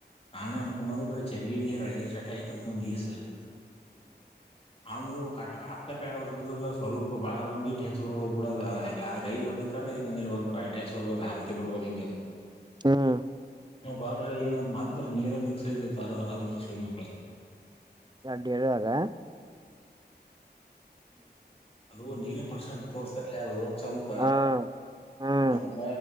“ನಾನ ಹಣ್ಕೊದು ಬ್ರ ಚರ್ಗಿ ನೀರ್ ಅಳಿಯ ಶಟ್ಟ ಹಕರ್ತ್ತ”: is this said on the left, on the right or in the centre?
Left